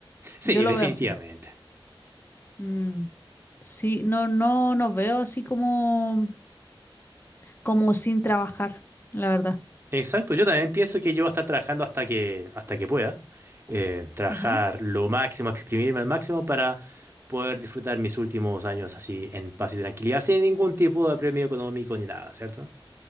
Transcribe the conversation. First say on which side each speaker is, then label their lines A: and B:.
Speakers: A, on the right; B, on the left.
A: Sí,
B: Yo lo
A: definitivamente.
B: veo así. Mm, sí, no, no nos veo así como, como sin trabajar, la verdad.
A: Exacto, yo también pienso que yo voy a estar trabajando hasta que, hasta que pueda, eh, trabajar
B: Ujú.
A: lo máximo, exprimirme al máximo para poder disfrutar mis últimos años así en paz y tranquilidad, sin ningún tipo de premio económico ni nada, cierto